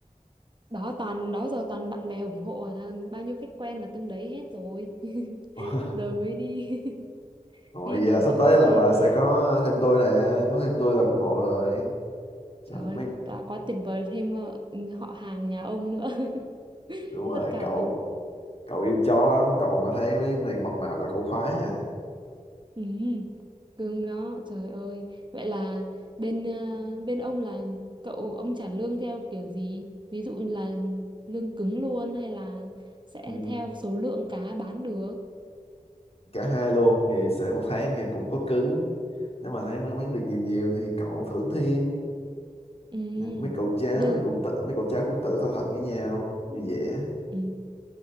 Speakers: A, on the right; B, on the left.
A: đó toàn đó giờ toàn bạn bè ủng hộ à bao nhiêu khách quen là từng đấy hết rồi <laughs>
B: <laughs>
A: giờ mới đi <laughs>
B: Rồi
A: đi mở
B: vậy là sắp
A: rộng
B: tới
A: ra
B: là
A: thêm
B: bà
A: nè
B: sẽ có thêm tôi nè, có thêm tôi là ủng hộ rồi. Trời,
A: trời ơi
B: mấy
A: đã quá tuyệt vời thêm ờ, họ hàng nhà ông nữa <laughs>
B: đúng rồi
A: tất cả
B: cậu cậu yêu chó lắm cậu mà thấy mấy này mập mạp là cậu khoái à
A: ừ. cưng đó trời ơi vậy là bên ờ, bên ông là cậu ông trả lương theo kiểu gì ví dụ như là lương cứng luôn hay là sẽ
B: ừ,
A: theo số lượng cá bán được
B: cả hai luôn thì sẽ một tháng thì cũng có cứng nếu mà thấy nó bán được nhiều nhiều thì cậu thưởng thêm
A: ừ
B: mấy cậu cháu
A: đơn
B: thì cũng tự mấy cậu cháu cũng tự thỏa thuận với nhau
A: ừ.
B: thì dễ
A: ừ.